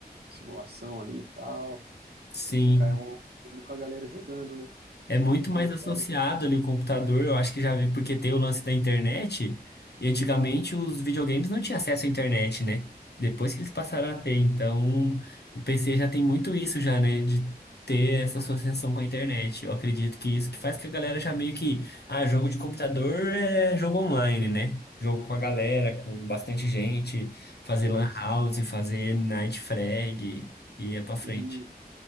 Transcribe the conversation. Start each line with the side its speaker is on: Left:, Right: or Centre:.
Right: simulação ali e tal,
Left: Sim.
Right: e ficar online com a galera jogando, né?
Left: É muito
Right: No console,
Left: mais associado ali o computador, eu acho que já vi, porque tem o lance da internet, e antigamente os videogames não tinham acesso à internet, né? Depois que eles passaram a ter, então o PC já tem muito isso já, né? De ter essa associação com a internet. Eu acredito que isso que faz que a galera já meio que, ah, jogo de computador é jogo online, né? Jogo com a galera, com bastante gente, fazer
Right: isso.
Left: lan house, fazer night frag, e é pra frente.
Right: E